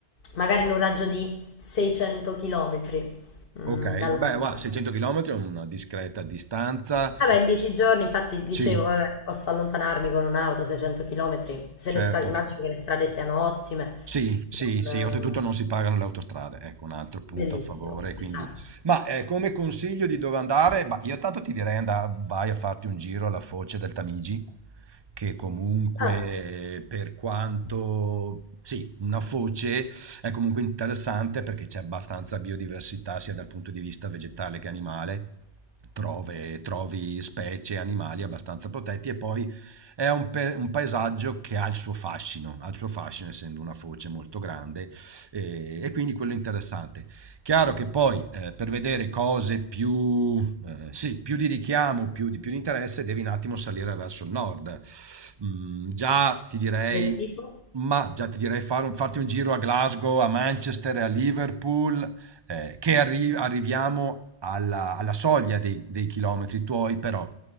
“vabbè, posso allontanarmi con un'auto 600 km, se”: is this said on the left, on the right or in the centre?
Left